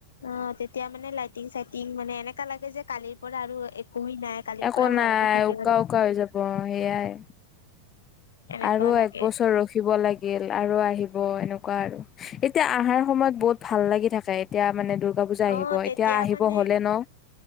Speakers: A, on the left; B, on the left.
A: অ', তেতিয়া মানে লাইটিং -চাইটিং মানে এনেকা লাগে যে কালিৰ পৰা আৰু এক কোই নাই কালিৰ
B: একো
A: পৰা
B: নাই
A: ঘৰতে থাকিব
B: উকা
A: লাগিব।
B: উকা হৈ যাব সেয়াই
A: এনেকুৱা
B: আৰু এক
A: লাগে
B: বছৰ ৰখিব লাগিল আৰু আহিব এনেকুৱা আৰু। এতিয়া আহাৰ সময়ত বহুত ভাল লাগি থাকে এতিয়া মানে দুৰ্গা পুজ জা আহিব
A: অ তেতিয়া
B: এতিয়া আহিব
A: মানে
B: হলে ন,